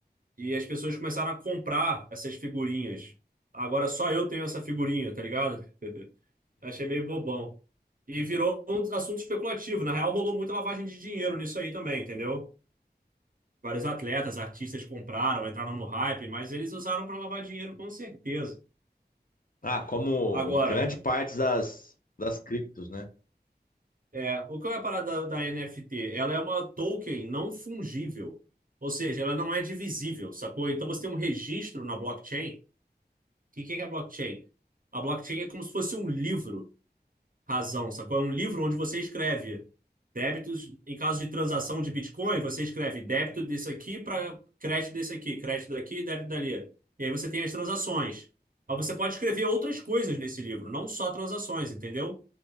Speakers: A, on the right (about 55°); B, on the left (about 55°).
A: E as pessoas começaram a comprar essas figurinhas. Agora só eu tenho essa figurinha, tá ligado? <laughs> Achei meio bobão. E virou um assunto especulativo. Na real, rolou muita lavagem de dinheiro nisso aí também, entendeu? Vários atletas, artistas compraram, entraram no hype, mas eles usaram para lavar dinheiro com certeza.
B: Ah, como
A: Agora,
B: grande parte das, das criptos, né?
A: é, o que é a parada da, da NFT? Ela é uma token não fungível, ou seja, ela não é divisível, sacou? Então você tem um registro na blockchain. E o que que é a blockchain? A blockchain é como se fosse um livro razão, sacou? É um livro onde você escreve débitos. Em caso de transação de Bitcoin, você escreve débito desse aqui para crédito desse aqui, crédito daqui, débito dali. E aí você tem as transações. Mas você pode escrever outras coisas nesse livro, não só transações, entendeu?